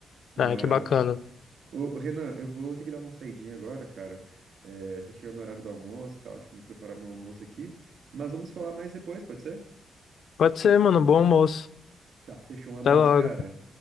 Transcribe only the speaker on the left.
Ah, que bacana.
Pode ser, mano. Bom almoço.
Até logo.